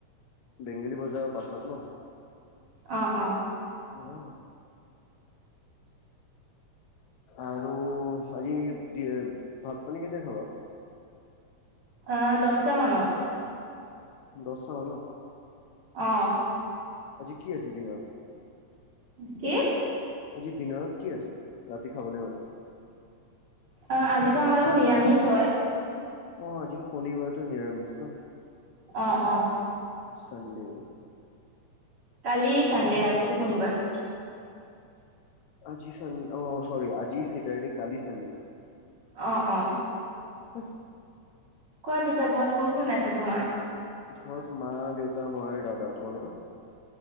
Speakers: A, on the left (about 65°); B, on the right (about 40°).
A: বেংগলী বজাৰৰ পাছত ন?
B: অ', অ'।
A: অ'। আৰু আজি দ ভাত পানী কেতিয়া খাবা?
B: অ, দহটা মানত।
A: দছটা মানত?
B: অ',
A: আজি কি আছে দিনত
B: কি?
A: আজি দিনাৰত কি আছে? ৰাতি খাবলৈ মানে।
B: অ', আজিতো আমালোকৰ নিৰামিষ হয়।
A: অ', আজিতো শনিবাৰেতো নিৰামিষ ন।
B: অ', অ'।
A: চাণ্ডে।
B: কালি চানডে আজিতো শনিবাৰ।
A: আজি অ চান অ চৰি আজি চেটাৰডে কালি চাণ্ডে।
B: অ', অ'।
A: উ।
B: কোৱা পিছে ঘৰত কোন-কোন আছে তোমাৰ?
A: ঘৰত মা, দেউতা, মই আৰু দাদা। তোমালোকৰ?